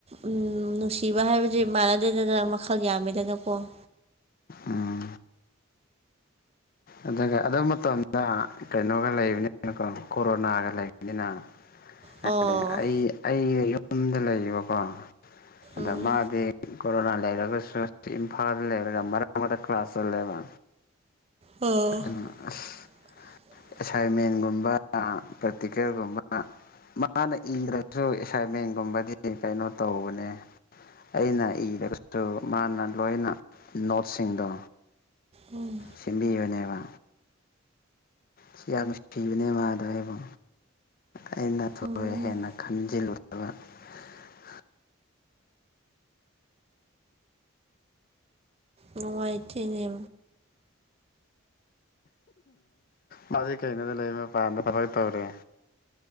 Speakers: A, on the right (about 30°); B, on the left (about 45°).
A: ꯎꯝ ꯅꯨꯡꯁꯤꯕ ꯍꯥꯏꯕꯖꯤ ꯃꯥꯟꯅꯗꯦꯗꯅ ꯃꯈꯜ ꯌꯥꯝꯃꯦꯗꯅꯀꯣ
B: ꯎꯝ ꯑꯗꯨꯒ ꯑꯗꯨ ꯃꯇꯝꯗ ꯀꯩꯅꯣꯒ ꯂꯩꯕꯅꯤꯅꯀꯣ ꯀꯣꯔꯣꯅꯥꯒ ꯂꯩꯕꯅꯤꯅ
A: ꯑꯣ
B: ꯍꯥꯏꯗꯤ ꯑꯩ ꯑꯩ ꯌꯨꯝꯗ ꯂꯩꯌꯦꯕꯀꯣ ꯑꯗ
A: ꯎꯝ
B: ꯃꯥꯗꯤ ꯀꯣꯔꯣꯅꯥ ꯂꯩꯔꯒꯁꯨ ꯏꯝꯐꯥꯜꯗ ꯂꯩꯔꯒ ꯃꯔꯛ ꯃꯔꯛ ꯀ꯭ꯂꯥꯁ ꯆꯠꯂꯦꯕ
A: ꯑꯣ
B: ꯑꯗꯨꯅ ꯑꯁ
A: <inaudible>
B: ꯑꯦꯁꯥꯏꯟꯃꯦꯟꯒꯨꯝꯕ ꯄ꯭ꯔꯦꯛꯇꯤꯀꯦꯜꯒꯨꯝꯕ ꯃꯥꯅ ꯏꯒ꯭ꯔꯖꯨ ꯑꯦꯁꯥꯏꯟꯃꯦꯟꯒꯨꯝꯕꯗꯤ ꯀꯩꯅꯣ ꯇꯧꯕꯅꯦ ꯑꯩꯅ ꯏꯔꯒꯁꯨ ꯃꯥꯅ ꯂꯣꯏꯅ ꯅꯣꯠꯁꯤꯡꯗꯣ
A: ꯎꯝ
B: ꯁꯤꯟꯕꯤꯕꯅꯦꯕ ꯁꯤ ꯌꯥꯝ ꯅꯨꯡꯁꯤꯕꯅꯦ ꯃꯥꯗꯣ ꯑꯩꯕꯨ ꯑꯩꯅ ꯊꯣꯏ
A: ꯎꯝ
B: ꯍꯦꯟꯅ ꯈꯟꯖꯤꯜꯂꯨ <unintelligible>
A: ꯅꯨꯡꯉꯥꯏꯇꯦꯅꯦ
B: ꯃꯥꯗꯤ ꯀꯩꯅꯣꯗ ꯂꯩ ꯃꯄꯥꯜꯗ ꯊꯕꯛ ꯇꯧꯔꯦ